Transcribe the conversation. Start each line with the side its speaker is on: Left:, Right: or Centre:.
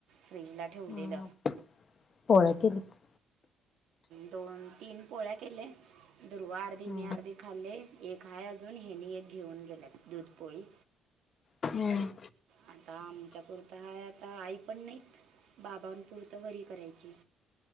Right: फ्रीजला ठेवलेल.
Left: हा पोळ्या केलीस
Right: दोन, तीन पोळ्या केल्या. दुर्वा अर्धी,
Left: हो
Right: मी अर्धी खाल्ले एक हा अजून हेनी एक घेऊन गेलेत. दुधपोळी.
Left: हम्म
Right: आता आमच्या पुरत हा आता आई पण नाहीत बाबांपुरतं वरी करायची